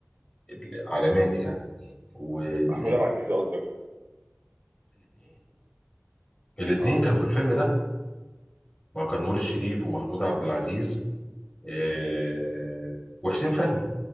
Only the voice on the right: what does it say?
محمود عبد العزيز قصدك
اه